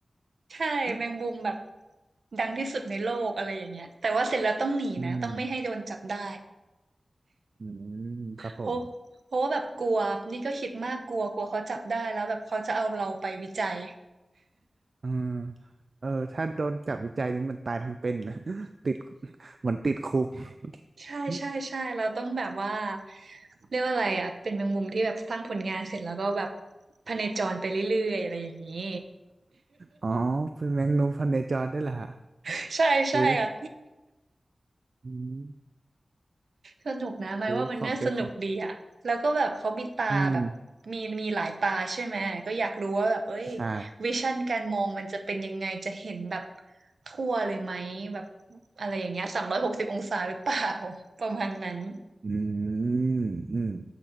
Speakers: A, on the right; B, on the right.
A: ใช่แมงมุมแบบ
B: อ
A: ดังที่สุดในโลกอะไรอย่างเงี้ยแต่ว่าเสร็จแล้วต้องหนีนะต้องไม่ให้โดนจับได้
B: ืมอืมครับผม
A: เพราะเพราะว่าแบบกลัวนี่ก็คิดมากกลัวกลัวเขาจับได้แล้วแบบเขาจะเอาเราไปวิจัย
B: อืมเออ ถ้าโดนจับวิจัยนี่มันตายทั้งเป็นนะ <laughs> ติดเหมือนติดคุก <laughs>
A: ใช่ใช่ใช่เราต้องแบบว่าเรียกว่าอะไรอ่ะเป็นแมงมุมที่แบบสร้างผลงานเสร็จแล้วก็แบบพเนจรไปเรื่อยๆอะไรอย่างนี้
B: อ๋อ เป็นแมงมุมพันในจรได้วยล่ะ
A: <laughs> ใช่ใช่อ่ะ
B: อุ้ยอืม
A: สนุกนะหมายว่ามันน่าสนุกดีอะแล้วก็แบบเขามีตาแบบมีมีหลายตาใช่ไหมก็อยากรู้ว่าแบบเอ้ย
B: อุ้ยความเป็นความอืม ใช่
A: วิชั่นการมองมันจะเป็นยังไงจะเห็นแบบทั่วเลยไหมแบบอะไรอย่างเงี้ยสามร้อยหกสิบองศาหรือเปล่า <laughs> ประมาณนั้น
B: อืมอืม